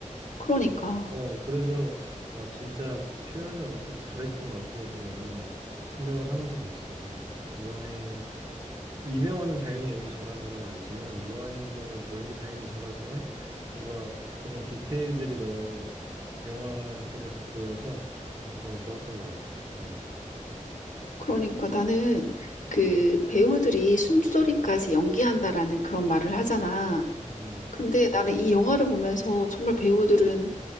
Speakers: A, on the left; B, on the right.
A: 그러니까.
B: 어 그래서 와 진짜 표현을 엄청 잘했구나 어떻게 보면은 생각을 하면서 봤어 진짜. 유아인 이병헌은 당연히 연기 잘하는 건 알지만 유아인도 뭐 연기 당연히 잘하지만 뭔가 그런 디테일들이 너무 영화 속에서 보여서 그래서 너무 좋았던 것 같아 보면서.
A: 그러니까 나는 그 배우들이 숨소리까지 연기한다라는 그런 말을 하잖아.
B: 음
A: 근데 나는 이 영화를 보면서 정말 배우들은